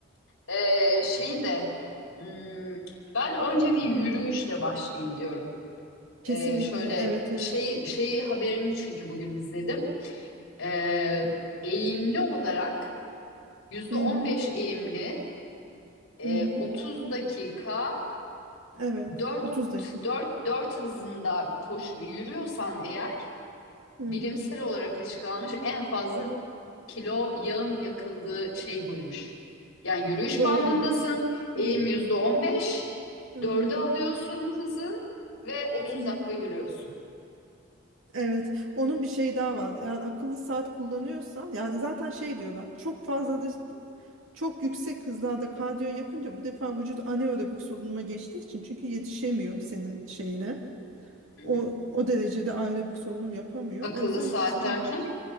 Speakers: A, on the left; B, on the right.
A: ee, şey de hmm, ben önce bir yürüyüşle başlayayım diyorum. Ee,
B: Kesinlikle.
A: şöyle
B: Evet evet.
A: şey şeyi haberini çünkü bugün izledim. Ee, eğimli olarak yüzde
B: Hı
A: on
B: hı.
A: beş eğimli e,
B: Hı hı.
A: 30 dakika
B: Evet.
A: 4
B: 30'daki.
A: dört 4 hızında koş yürüyorsan eğer
B: Hı
A: bilimsel
B: hı.
A: olarak açıklanmış en fazla kilo yağın yakıldığı şey buymuş. Yani yürüyüş
B: Doğrudur.
A: bandındasın, eğim
B: Hı hı.
A: yüzde on beş,
B: Hı
A: dörde
B: hı.
A: alıyorsun hızı ve otuz
B: Hı
A: dakika
B: hı.
A: yürüyorsun.
B: Evet. Onun bir şeyi daha var. Yani akıllı saat kullanıyorsan yani zaten şey diyorlar. Çok fazla da çok yüksek hızlarda kardiyo yapınca bu defa vücut anaerobik solunuma geçtiği için çünkü yetişemiyor senin şeyine.
A: Hı
B: O
A: hı.
B: o derecede aerobik solunum yapamıyor.
A: Akıllı
B: O yüzden
A: saat
B: senin
A: derken?